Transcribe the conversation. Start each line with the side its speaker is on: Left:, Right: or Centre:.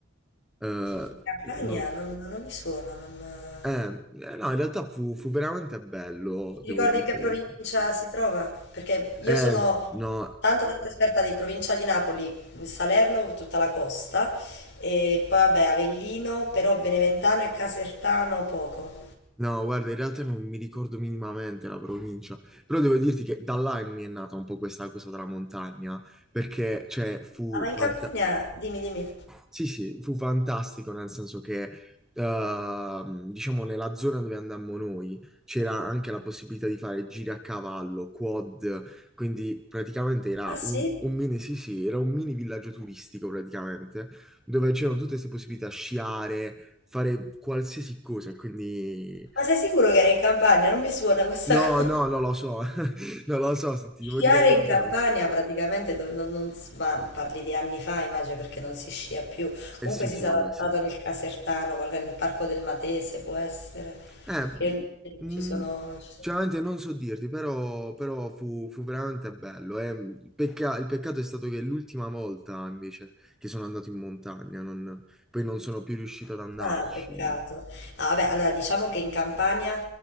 Centre: eh,
Left: In Campania
Centre: no-
Left: non, non mi suona, non...
Centre: eh, eh, no, in realtà fu, fu veramente bello,
Left: Ti
Centre: devo
Left: ricordi
Centre: dirti
Left: in che provincia
Centre: la verità.
Left: si trova? Perché io
Centre: Eh,
Left: sono
Centre: no...
Left: tanto tanto esperta di provincia di Napoli, Salerno, tutta la costa, e poi vabbè Avellino, però Beneventano e Casertano poco.
Centre: No, guarda, in realtà non mi ricordo minimamente la provincia, però devo dirti che da là mi è nata un po' questa cosa della montagna, perché, cioè, fu,
Left: Ah, ma in
Centre: fanta-
Left: Campania, dimmi, dimmi.
Centre: sì, sì, fu fantastico nel senso che, ehm, diciamo, nella zona dove andammo noi c'era anche la possibilità di fare giri a cavallo, quad, quindi praticamente era
Left: Ah sì?
Centre: un, un mini, sì, sì, era un mini villaggio turistico praticamente, dove c'erano tutte queste possibilità, sciare, fare qualsiasi cosa, e quindi
Left: Ma sei sicuro che era in Campania? Non mi suona questa
Centre: No,
Left: <laughs> cosa.
Centre: no, non lo so, <laughs> non lo so, se ti
Left: Sciare
Centre: devo dire la verità,
Left: in Campania
Centre: non so.
Left: praticamente, dove non, non s- ma parli di anni fa, immagino perché non si scia più.
Centre: Eh
Left: Comunque
Centre: sì,
Left: si
Centre: sì,
Left: sarà
Centre: vabbè,
Left: stato
Centre: sì.
Left: nel Casertano, qualche- nel Parco del Matese, può essere,
Centre: Eh,
Left: che non
Centre: mm,
Left: ci sono, non ci sono-
Centre: sinceramente non so dirti, però, però fu, fu veramente bello. eh. Il pecca- il peccato è stato che l'ultima volta, invece, che sono andato in montagna, non- poi non sono più riuscito ad andarci.
Left: Ah, peccato. No, vabbè, allora diciamo che in Campania